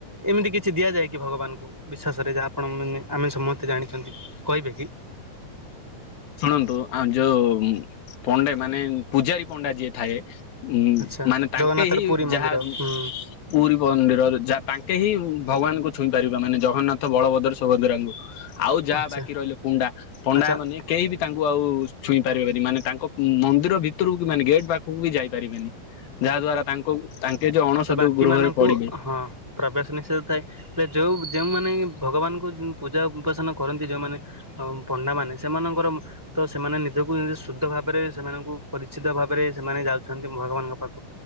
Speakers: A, in the centre; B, on the left.
A: ଏମିତି କିଛି ଦିଆଯାଏ କି ଭଗବାନଙ୍କୁ, ବିଶ୍ୱାସ ସ ଯାହା ଆପଣ ମାନେ ଆମେ ସମସ୍ତେ ଜାଣିଛନ୍ତି କହିବେ କି?
B: ଶୁଣନ୍ତୁ ଆ ଯୋଉ ପଣ୍ଡାମାନେ ପୂଜାରୀ ପଣ୍ଡା ଯିଏ ଥାଏ। ଉଁ
A: ଆଚ୍ଛା
B: ମାନେ ତାଙ୍କେ
A: ଜଗନ୍ନାଥର
B: ହିଁ,
A: ପୁରୀ
B: ଯାହା
A: ମନ୍ଦିର ହୁଁ
B: ପୁରୀ ମନ୍ଦିର ଯା ତାଙ୍କେ ହିଁ ଭଗବାନଙ୍କୁ ଛୁଇଁ ପାରିବା। ମାନେ ଜଗନ୍ନାଥ ବଳଭଦ୍ର ସୁଭଦ୍ରାଙ୍କୁ ଆଉ ଯାହା
A: ଆଚ୍ଛା
B: ବାକି ରହିଲେ ପୁଣ୍ଡା ପଣ୍ଡାମାନେ
A: ଆଚ୍ଛା
B: ତାଙ୍କୁ ଆଉ ଛୁଇଁ ପାରିବେନି। ମାନେ ତାଙ୍କ ମନ୍ଦିର ଭିତରକୁ କି ମାନେ ଗେଟ୍ ପାଖକୁ ବି ଯାଇ ପାରିବେନି। ଯାହା ଦ୍ଵାରା ତାଙ୍କୁ ତାଙ୍କେ ଅଣସଧ
A: ସେ ବାକି
B: ଗୃହରେ
A: ମାନଙ୍କୁ
B: ପଡିବେ
A: ହଁ ପ୍ରବେଶ ନିଷେଧ ଥାଏ ।ଯୋଉ ଯେଉମାନେ ଭଗବାନ ପୂ ପୂଜା ଉପାସନା କରନ୍ତି ଯେଉମାନେ ପଣ୍ଡା ମାନେ ସେମାନଙ୍କର ତ ସେମାନେ ନିଜକୁ ଶୁଦ୍ଧ ଭାବରେ ସେମାନଙ୍କୁ ପରିଚିତ ଭାବରେ ସେମାନେ ଯାଉଛନ୍ତି ଭଗବାନଙ୍କ ପାଖ